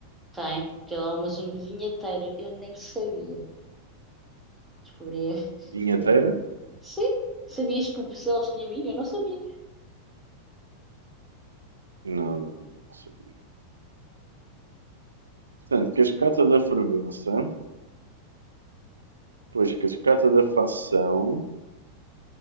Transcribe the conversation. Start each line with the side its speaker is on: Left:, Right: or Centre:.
Centre: Tem, que lá é uma zona vinheteira. Eu nem sabia. Descobri. <laughs>
Right: Vinheteira?
Centre: Descobri. Sim, sabias que o Bucelas tinha vinho? Eu não sabia.
Right: Não, não, não, não sabia. Portanto, cascata da fervença, depois cascata da Fação,